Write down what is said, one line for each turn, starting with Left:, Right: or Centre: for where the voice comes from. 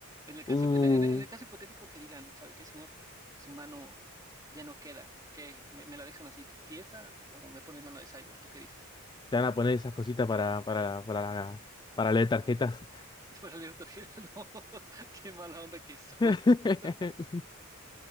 Right: En el caso,
Left: Uh,
Right: en, en- en el caso hipotético que digan, ¿sabe qué, señor? Su mano ya no queda. ¿Qué? ¿Me, me la dejan así tiesa o me ponen mano de cyborg? ¿Tú qué dices?
Left: te van a poner esas cositas para, para, para, para leer tarjetas.
Right: <laughs> Para leer tarjetas, <laughs> no. Qué mala onda que soy. <laughs>
Left: <laughs>